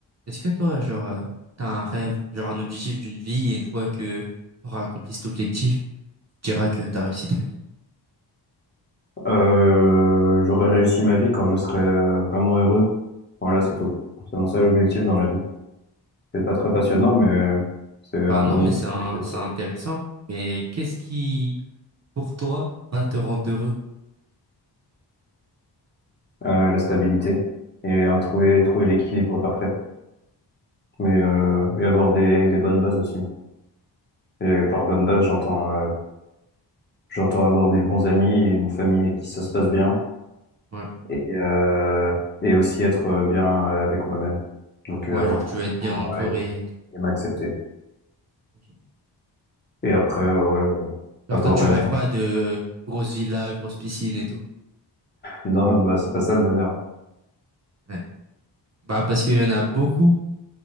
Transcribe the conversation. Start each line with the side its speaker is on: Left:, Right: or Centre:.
Right: Est-ce que toi, genre, euh, t'as un rêve, genre un objectif d'une vie, et une fois que t'auras accompli cet objectif, tu diras que t'as réussi ta vie?
Left: Euh, j'aurai réussi ma vie quand je serai euh, vraiment heureux. Voilà, c'est tout. C'est mon seul objectif dans la vie. C'est pas très passionnant, mais euh, c'est un
Right: Bah
Left: bon
Right: non, mais
Left: objectif,
Right: c'est un-
Left: je trouve.
Right: c'est intéressant. Mais qu'est-ce qui, pour toi, va te rendre heureux?
Left: Euh, la stabilité et à trouver, trouver l'équilibre parfait. Mais euh, et avoir des, des bonnes bases aussi. Et par bonne base, j'entends euh, j'entends avoir des bons amis et une famille avec qui ça se passe bien
Right: Ouais,
Left: et euh, et aussi être euh, bien euh, avec moi-même. Donc euh,
Right: ouais,
Left: avoir
Right: genre,
Left: confiance
Right: tu veux être
Left: en
Right: bien
Left: moi
Right: entouré
Left: et,
Right: et tout.
Left: et m'accepter.
Right: Ok.
Left: Et après, euh, ouais, euh,
Right: Genre,
Left: avoir
Right: toi, tu
Left: un,
Right: rêves pas de grosse villa, grosse piscine et tout.
Left: Non, bah, c'est pas ça le bonheur.
Right: Ouais. Bah, parce qu'il y en a beaucoup